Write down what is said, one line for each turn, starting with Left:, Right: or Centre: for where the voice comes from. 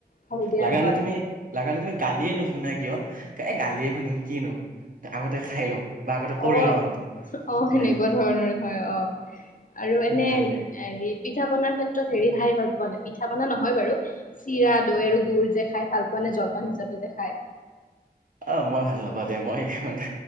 Left: হয় দিয়া
Right: লাগা
Left: হয়
Right: হলে তুমি লগাহ'লে তুমি গালিয়ে নুশুনা কিয় এ গালিয়ে শুনি কিনো তে আগতে খাই লওঁ বা আগতে
Left: অ
Right: কৰি
Left: অ
Right: লওঁ কামটো সেনেকুৱা।
Left: ধৰণৰ হয় অ, আৰু এনে
Right: ভাল লাগে
Left: এৰি পিঠা পনাৰ ক্ষেত্ৰত হেৰি খাই ভাল পোৱা নাই পিঠা পনা নহয় বাৰু চিৰা, দৈ আৰু গুৰ যে খাই ভাল পোৱা নে জলপান হিচাপে যে খাই?
Right: অ, মই ভাল নাপাওঁ দিয়া মই মানে